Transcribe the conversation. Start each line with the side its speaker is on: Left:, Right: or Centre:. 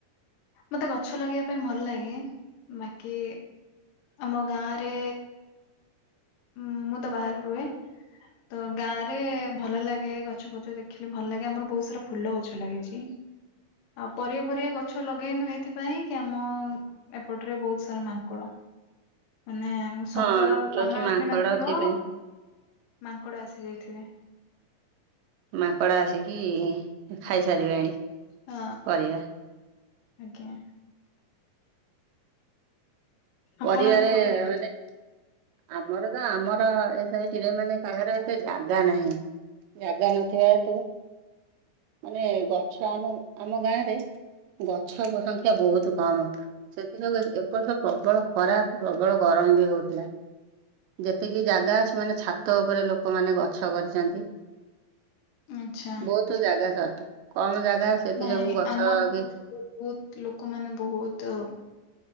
Left: ମତେ ଗଛ ଲଗେଇବା ପାଇଁ ଭଲ ଲାଗେ। ବାକି ଆମ ଗାଁରେ ଉଁ, ମୁଁ ତ ବାହାରେ ରୁହେ। ତ ଗାଁରେ ଭଲ ଲାଗେ ଗଛ ପଛ ଦେଖିଲେ ଭଲ ଲାଗେ। ଆମର ବହୁତ ସାରା ଫୁଲ ଗଛ ଲାଗିଛି। ଆଉ ପରିବା ଫରିବା ଗଛ ଲଗେଇନୁ ଏଇଥିପାଇଁ କି ଆମ ଏପଟରେ ବହୁତ ସାରା ମାଙ୍କଡ। ମାନେ ସକାଳ
Right: ହଁ ଯୋଉଠି
Left: ତମେ
Right: ମାଙ୍କଡ
Left: ଉଠ ଠି ନଥିବ
Right: ଥିବେ
Left: ମାଙ୍କଡ ଆସି ଯାଇଥିଵେ।
Right: ମାଙ୍କଡ ଆସିକି ଖାଇସାରିବେଣି
Left: ହଁ
Right: ପରିବା?
Left: ଆଜ୍ଞା। ଆପଣଙ୍କର
Right: ପରିବାରେ
Left: କଣ
Right: ମାନେ ଆମର ତ ଆମର ଏ ସାଇଟିରେ ମାନେ କାହାର ଏତେ ଜାଗା ନାହିଁ। ଜାଗା ନଥିବା ହେତୁ, ମାନେ ଗଛ ଆମ ଆମ ଗାଁରେ ଗଛ ସଂଖ୍ୟା ବହୁତ କମ୍। ସେଥିଯୋଗୁ ଏବର୍ଷ ପ୍ରବଳ ଖରା, ପ୍ରବଳ ଗରମ ବି ହଉଥିଲା। ଯେତିକି ଜାଗା ଅଛି ମାନେ ଛାତ ଉପରେ ଲୋକମାନେ ଗଛ କରିଛନ୍ତି।
Left: ଆଚ୍ଛା।
Right: ବହୁତ ଜାଗା ସଟ୍, କମ ଜାଗା ସେଥି
Left: ନାଇଁ
Right: ଯୋଗୁ ଗଛ
Left: ଆମର
Right: କି
Left: ବହୁତ ଲୋକମାନେ ବହୁତ